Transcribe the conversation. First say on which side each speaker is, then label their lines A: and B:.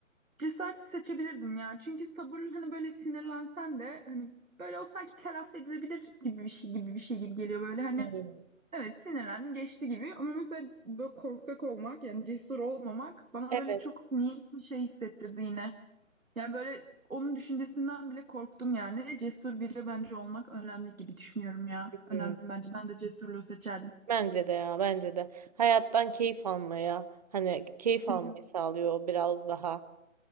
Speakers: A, on the right (about 80°); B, on the right (about 30°).
A: cesareti seçebilirdim ya. Çünkü sabır hani böyle sinirlensen de hani böyle o sanki telafi edilebilir gibi bir şey gibi bir şey gibi geliyor böyle hani
B: Hmm.
A: Evet sinirlendin geçti gibi ama mesela böyle korkak olmak yani cesur olmamak bana
B: Evet.
A: böyle çok niyeyse şey hissettirdi yine. Yani böyle onun düşüncesinden bile korktum yani. Cesur biri bence olmak önemli gibi düşünüyorum ya. Önemli
B: Hmm.
A: bence. Ben de cesurluğu seçerdim.
B: Bence de ya, bence de. Hayattan keyif almaya, hani keyif
A: Hı
B: almayı
A: hı.
B: sağlıyor biraz daha.